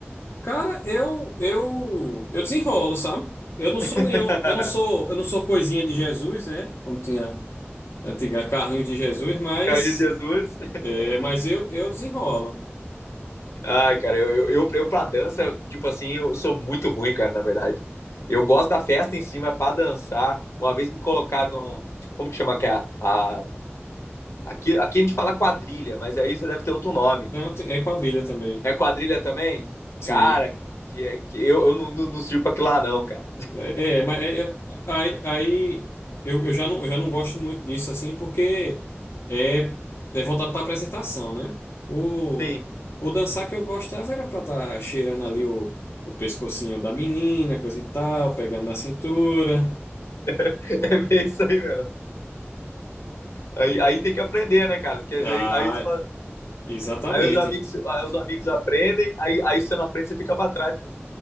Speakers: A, on the left; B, on the left.
A: Cara, eu eu eu desenrolo, sabe? Eu não sou
B: <laughs>
A: nenhum, eu não sou, eu não sou coisinha de Jesus, né? Como tinha a antiga carrinho de Jesus, mas
B: Carlos Jesus.
A: é, mas eu eu desenrolo.
B: Ai, cara, eu, eu, eu, eu pra dança, tipo assim, eu sou muito ruim, cara, na verdade. Eu gosto da festa em cima, pra dançar. Uma vez me colocaram num. Como que chama? Que é a, a- aqui, aqui a gente fala quadrilha, mas aí você deve ter outro nome.
A: Não, tem- é quadrilha também.
B: É quadrilha também?
A: Sim.
B: Cara, que, é- que eu, eu não, não, não sirvo pra que lá, não, cara.
A: É, é, mas é- é- aí, aí eu, eu já não, eu já não gosto muito disso, assim, porque é, é voltado para apresentação, né? O,
B: Sim,
A: o dançar que eu gostava era para estar tá cheirando ali o, o pescocinho da menina, coisa e tal, pegando na cintura.
B: <laughs> é bem isso aí mesmo. Aí, aí tem que aprender, né, cara? Porque aí,
A: Ah,
B: aí, você fala-
A: exatamente.
B: aí os amigos, aí os amigos aprendem, aí, aí você não aprende, você fica pra trás, pô.